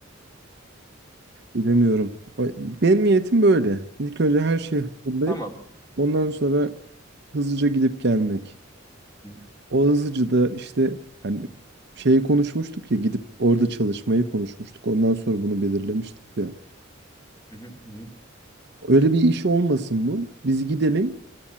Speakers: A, on the right; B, on the left.
A: Bilemiyorum. Ay, Benim niyetim böyle. İlk önce her şeyi hazırlayıp
B: Tamam.
A: ondan sonra hızlıca gidip gelmek.
B: Hı
A: O hızlıca da işte hani şeyi konuşmuştuk ya gidip orada çalışmayı konuşmuştuk. Ondan sonra bunu belirlemiştik ya.
B: hı hı hı.
A: Öyle bir iş olmasın bu. Biz gidelim,